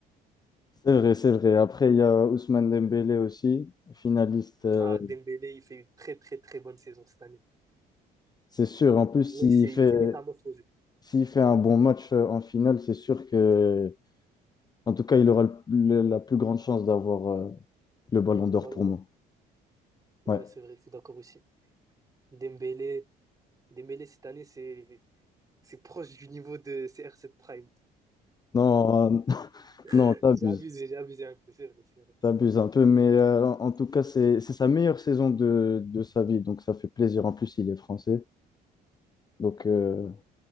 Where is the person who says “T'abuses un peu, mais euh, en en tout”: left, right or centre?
Left